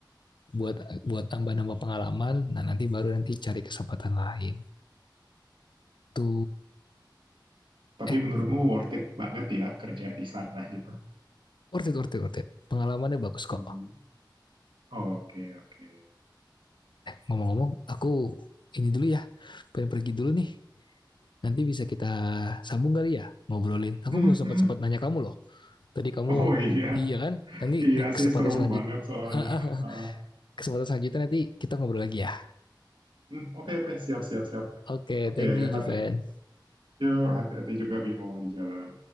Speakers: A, on the left; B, on the right.
A: buat buat tambah-nambah pengalaman nah nanti baru nanti cari kesempatan lain itu
B: Tapi
A: eh
B: menurutmu worth it banget ya kerja di sana gitu?
A: worth it worth it worth it pengalamannya bagus
B: Hmm,
A: kok
B: Oke, oke.
A: ngomong-ngomong aku ini dulu ya pengen pergi dulu nih nanti bisa kita sambung kali ya ngobrolin aku
B: Hmm,
A: belum sempat
B: hmm.
A: sempat nanya kamu loh tadi kamu
B: Oh iya,
A: iya kan nanti
B: iya
A: di kesempatan
B: sih seru
A: selanjutnya
B: banget soalnya.
A: <laughs>
B: Ah,
A: kesempatan selanjutnya nanti kita ngobrol lagi ya
B: hmm, Oke, oke, siap, siap, siap.
A: Oke,
B: Oke,
A: thank you Jiven.
B: hati. Yuk, hati-hati juga Bimo di jalan.